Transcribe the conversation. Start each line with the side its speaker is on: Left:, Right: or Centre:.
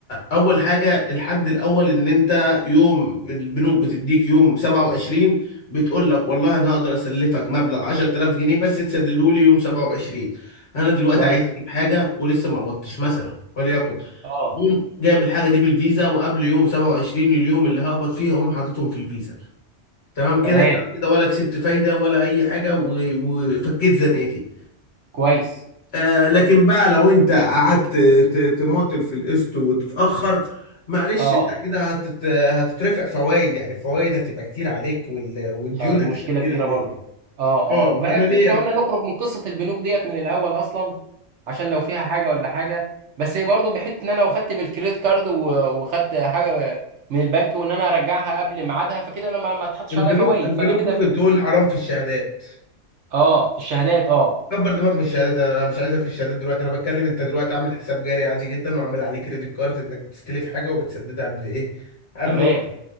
Left: اول حاجه الحد الاول ان انت يوم البنوك بتديك يوم 27 بتقول لك والله انا هقدر اسلفك مبلغ 10000 جنيه بس تسدده لي يوم 27 انا دلوقتي
Right: كويس
Left: عايز اجيب حاجه ولسه ما قبضتش مثلا وليكن
Right: اه
Left: قوم جايب الحاجه دي بالفيزا وقبل يوم 27 اليوم اللي هقبض فيها اقوم حاططهم في الفيزا تمام كده
Right: تمام
Left: يبقى أنا كده ولا كسبت فايده ولا اي حاجه و- وفكيت زنقتي
Right: كويس
Left: آه، لكن بقى لو انت قعدت ت- تماطل في القسط وتتاخر معلش
Right: اه
Left: انت كده هتت... هتترفع فوائد يعني الفوائد هتبقى كتير عليك وال... والديون
Right: اه دي
Left: هتبقى
Right: مشكلة
Left: كتير
Right: كبيرة
Left: عليك
Right: برضو اه
Left: اه
Right: اه وبقى
Left: فانا ليه
Right: احنا قلنا نخرج من قصة البنوك ديت من الأول أصلا عشان لو فيها حاجة ولا حاجة بس هي برضو بحته إن أنا لو خدت بالكريدت كارد و- وخدت حاجة من البنك وإن أنا أرجعها قبل ميعادها فكده أنا ما ما اتحطش
Left: البنوك
Right: عليا فوائد
Left: البنوك
Right: فأنا كده
Left: ممكن
Right: في الس...
Left: تقول حرام في الشهادات
Right: اه في الشهادات اه
Left: كبر دماغك من الشهادات انا مش عايزك في الشهادات دلوقتي انا بتكلم انت دلوقتي عامل حساب جاري عادي جدا وعامل عليه كريدت كارد انك بتستلف حاجه وبتسددها قبل ايه قبل
Right: تمام
Left: وقت